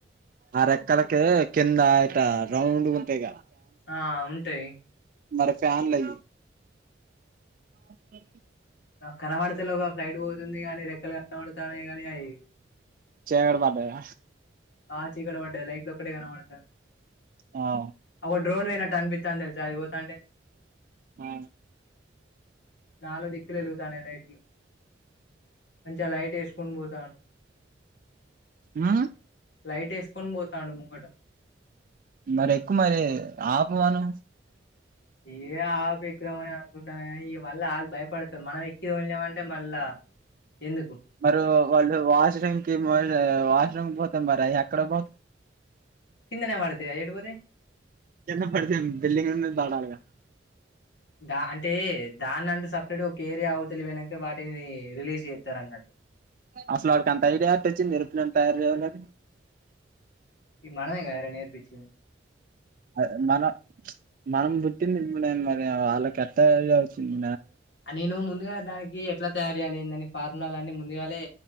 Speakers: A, on the right; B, on the left.
A: ఆ రెక్కలకె కింద ఆయిత రౌం గుంతా ఇకా
B: ఆ ఉంటాయి
A: మరి ఫ్యాన్ లేై ఓకే
B: కనమడత లో ఒక ఫ్లైట్ పోతుంది కానీ రెక్కలు కనబడతానే కాగానీ అవి
A: చీడ పడ్డద
B: ఆ చీకడ పడ్డే లైట్ అక్కడ కనపడతది
A: ఆ
B: ఆ డ్రోన్ వేనంట అన్పి తను తెలిస అయిపోతాంటే
A: ఆ
B: నాలో దిక్కులు వెలుగుతానే లైట్లు మంచిగా లైట్ చేసుకున్ పోతాను
A: ఆ
B: లైట్ వేసుకొని పోతాడు ముంగట
A: మరి ఎక్కు మరి ఆపువాను
B: ఇవే ఆప ఎక్కుదామని అనుకుంటాను కానీ ఇక మళ్ళీ వాళ్ భయపడుతుారు మనం ఎక్కిద వెళ్ళామంటే మళ్ళా ఎందుకు
A: మరి వాళ్ళు వాష రంగ్ కి మరే వా ఇట్లం బొత మరి అక్కడ బొ
B: కిందనే మడతేయా ఏడబోదె
A: చిన్నగా పడితే బిల్డింగ్ మీద పడాలిగా
B: దా అంటే దాన్ని అంటూ సపరేట్గా ఒక ఏరియా అవ తెలి పోనాక వాటిని రిలీజ్ చేస్తారు అన్నట్టు
A: అసలు ఆడికి అంత ఐడియాట్టచ్చ నిరుపులం తయారు చేన
B: ఈ మనమేకార నేర్పిచ్చి
A: అద మనం మనం పుట్టింది మరి వాళ్ళకిట్టవుతుంది.
B: నేను ముందుగానే దానికి ఎట్లా తయారు చేయాలిందని ఫార్ములాల అన్ని ముందుగానే